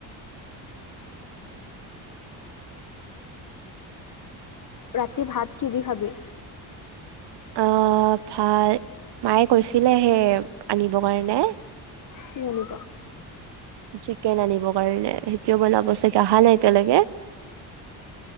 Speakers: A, on the left; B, on the right.
A: ৰাতি ভাত কি দি খাবি
B: অ ভাল মায়ে কৈছিলে সে আনিব কাৰণে
A: কি আনিব?
B: চিকেন আনিবৰ কাৰণে সেইটোও বনাব চাগে অহা নাই তেলগে